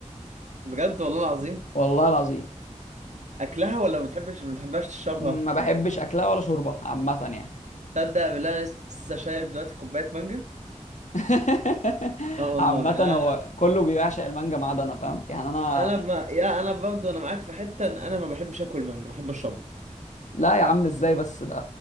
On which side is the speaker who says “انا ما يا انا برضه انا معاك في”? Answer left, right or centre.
Right